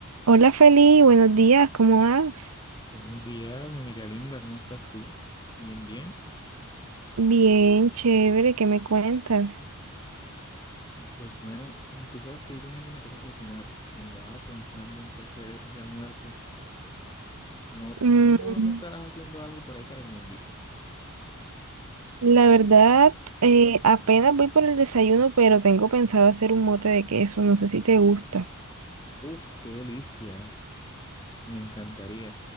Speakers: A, on the right; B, on the left.
A: Hola Feli, buenos días, ¿cómo vas?
B: Buenos días, mi amiga linda, ¿cómo estás tú? Bien, bien.
A: Bien, chévere, ¿qué me cuentas?
B: Pues bueno, tú sabes que hoy domingo me toca cocinar. Andaba pensando en qué hacer de almuerzo. No,
A: Mm,
B: tú no, no estarás haciendo algo por ahí para que me invites.
A: la verdad, eh, apenas voy por el desayuno, pero tengo pensado hacer un mote de queso, no sé si te gusta.
B: Uf, qué delicia. <sniffs> S- Me encantaría.